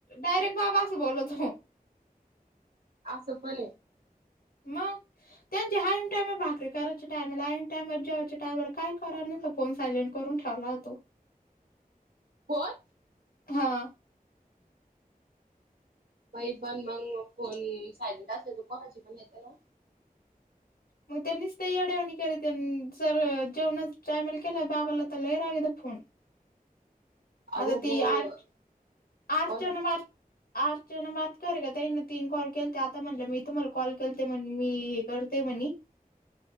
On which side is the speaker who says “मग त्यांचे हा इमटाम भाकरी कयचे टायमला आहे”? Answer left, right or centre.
Left